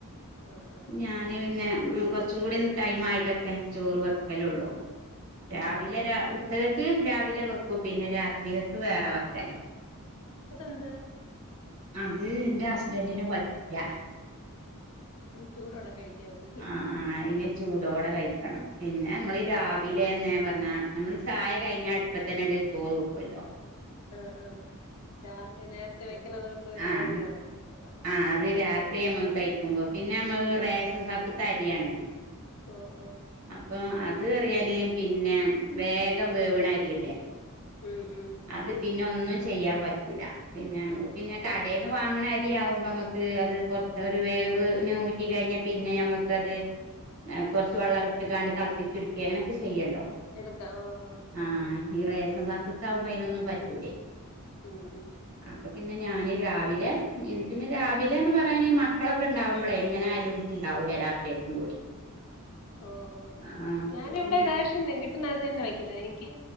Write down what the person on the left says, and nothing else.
ആഹ് ആഹ്
ഓഹ് ഓഹ്
അത് എന്ത്?
ചൂടോടെ കഴിക്കാൻ വേണ്ടി
ആഹ് ആഹ് രാവിലെ നേരത്തെ വെക്കണത് കൊണ്ട് ഒരുമാതിരി
ആവും രാത്രിയാവുമ്പോ
ഓഹ് ഓഹ്
ഉം ഉം
ആഹ്
എടുക്ക ഓഹ്
ഉം ഉം
ഓഹ് ഓഹ്
ഞാനിവിടെ
റേഷൻ കിട്ടുന്ന അത് തന്നെ വയ്ക്കുന്ന എനിക്ക്